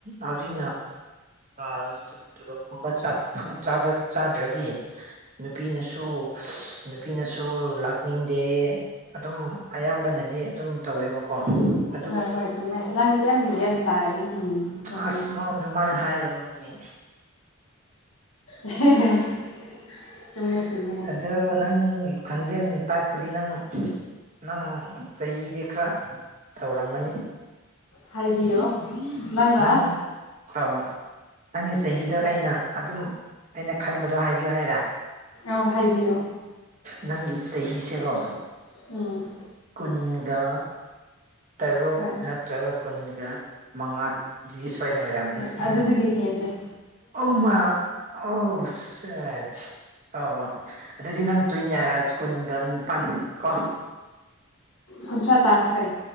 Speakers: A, on the right (about 35°); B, on the left (about 70°).
A: ꯍꯧꯖꯤꯛꯅ ꯃꯥꯄꯜ ꯊꯣꯛꯂꯞꯀꯨꯝꯕ ꯆꯥꯕ ꯆꯥꯗ꯭ꯔꯗꯤ ꯅꯨꯄꯤꯅꯁꯨ ꯅꯨꯄꯤꯅꯁꯨ ꯂꯥꯛꯅꯤꯡꯗꯦ ꯑꯗꯨꯝ ꯑꯌꯥꯝꯕꯅꯗꯤ ꯑꯗꯨꯝ ꯇꯧꯋꯦꯕ ꯑꯣ
B: ꯍꯣꯏ ꯍꯣꯏ ꯆꯨꯝꯃꯦ ꯅꯪꯗꯤ ꯌꯥꯝ ꯒꯌ꯭ꯥꯟ ꯇꯥꯏꯌꯦ ꯆꯨꯝꯃꯦ
A: ꯑꯁ ꯅꯪ ꯑꯗꯨꯃꯥꯏꯅ ꯍꯥꯏꯒꯅꯣꯃꯦ
B: <unintelligible> ꯆꯨꯝꯃꯦ ꯆꯨꯝꯃꯦ
A: ꯑꯗꯨ ꯅꯪꯒꯤ ꯈꯣꯟꯖꯦꯜꯅ ꯇꯥꯛꯄꯗꯤ ꯅꯪ ꯅꯪ ꯆꯍꯤꯗꯤ ꯈꯔ ꯇꯧꯔꯝꯃꯅꯤ
B: ꯍꯥꯏꯕꯤꯌꯣ ꯅꯪꯅ
A: ꯅꯪ ꯗꯣ ꯅꯪꯒꯤ ꯆꯍꯤꯗꯣ ꯑꯩꯅ ꯑꯗꯨꯝ ꯑꯩꯅ ꯈꯟꯕꯗꯣ ꯍꯥꯏꯕꯤꯌꯨ ꯍꯥꯏꯔꯥ
B: ꯑꯎ ꯍꯥꯏꯕꯤꯌꯣ
A: ꯅꯪꯒꯤ ꯆꯍꯤꯁꯦꯀꯣ
B: ꯎꯝ
A: ꯀꯨꯟꯒ ꯇꯔꯨꯛ
B: ꯍꯣꯏ
A: ꯅꯠꯇ꯭ꯔꯒ ꯀꯨꯟꯒ ꯃꯉꯥ ꯁꯣꯏꯅ ꯑꯣꯏꯔꯝꯅꯤ
B: ꯑꯗꯨꯗꯤꯗꯒꯤ ꯍꯦꯟꯂꯦ
A: ꯑꯣ ꯃ ꯑꯣ ꯁꯦꯠ ꯑꯣ ꯑꯣ ꯑꯗꯨꯗꯤ ꯅꯪ ꯇꯨꯏ ꯀꯨꯟꯒ ꯅꯤꯄꯥꯟ ꯀꯣ
B: ꯀꯨꯟꯊ꯭ꯔꯥ ꯇꯥꯈꯔꯦ